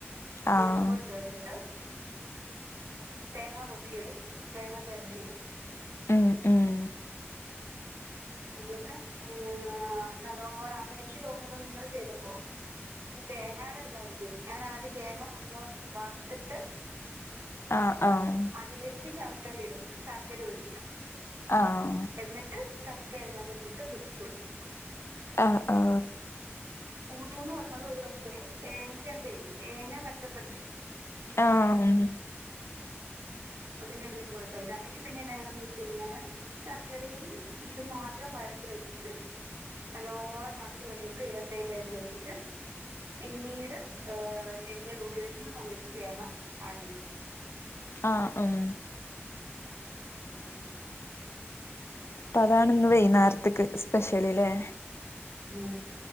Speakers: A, on the right; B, on the left.
A: പൊടിച്ചും
B: ആഹ്
A: കൂടെ ചേർത്തിട്ട്. തേങ്ങാകൊത്തിയിടും തേങ്ങാ ചെരണ്ടിയിടും.
B: ഉം ഉം
A: എന്നിട്ട് ഹ് നല്ലോണം അപ്പൊ എനിക്ക് തോന്നുന്നു നിങ്ങള് ചെയ്തപ്പോ. തേങ്ങേടെതായിരിക്കും ഞാനാദ്യം തേങ്ങ ഒന്ന് വർത്ത്ട്ട്.
B: ആഹ്, ആഹ്.
A: അതിലേക്ക് ശർക്കര ഇടും ശർക്കര ഒഴിക്കും.
B: ആഹ്.
A: എന്നിട്ട് ചക്ക അതിനകത്തോട്ടിട്ട് കുറുക്കി കുറുക്കിയെടുക്കും.
B: ആഹ്, ആഹ്.
A: ഊത്തൂന്ന് പറഞ്ഞത് ഒരു പക്ഷേ തേങ്ങക്കാത്തെ തേങ്ങ പച്ചപ്പ്ണ്ടേ.
B: ആഹ് ഹും.
A: അതിന്റെറെ എല്ലെ കൊഴപ്പല്ലാ അല്ലെങ്കി പിന്നെയെങ്ങാനേന്ന് വെച്ച് കഴിഞ്ഞാല്. ശർക്കരയും മീതും മാത്രം വരട്ടി വെച്ചിട്ട്. നല്ലോണം തണുത്ത് കഴിയുമ്പോ ഏയർടൈറ്റായിട്ട് വെച്ചിട്ട്. പിന്നീട് ഹ് എന്തേലും ഉപയോഗിക്കുന്ന സമയത്ത് തേങ്ങ ആഡ് ചെയ്തൊ
B: ആഹ്, ഹും.
A: ഉം.
B: പ്പതാണ് ഇന്ന് വൈന്നാര്ത്ത്ക്ക് സ്പെഷ്യല് ല്ലേ.
A: ഉം